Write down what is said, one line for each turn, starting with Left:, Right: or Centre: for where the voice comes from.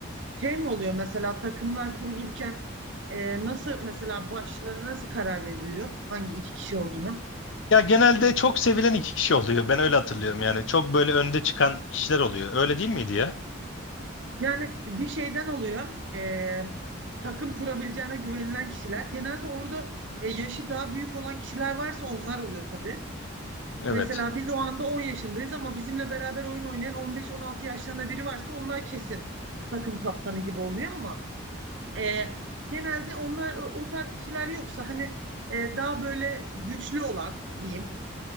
Right: şey mi oluyor mesela takımlar kurulurken e, nasıl mesela başlara nasıl karar veriliyor? Hangi iki kişi olduğuna?
Left: ya genelde çok sevilen iki kişi oluyor. Ben öyle hatırlıyorum yani. Çok böyle önde çıkan kişiler oluyor. Öyle değil miydi ya?
Right: Yani bir şeyden oluyor. e, takım kurabileceğine güvenilen kişiler. Genelde orada e, yaşı daha büyük olan kişiler varsa onlar oluyor tabii.
Left: Evet.
Right: Mesela biz o anda 10 yaşındayız ama bizimle beraber oyun oynayan 15-16 yaşlarında biri varsa onlar kesin takım kaptanı gibi oluyor ama e, genelde onlar o, o tarz kişiler yoksa hani e, daha böyle güçlü olan diyeyim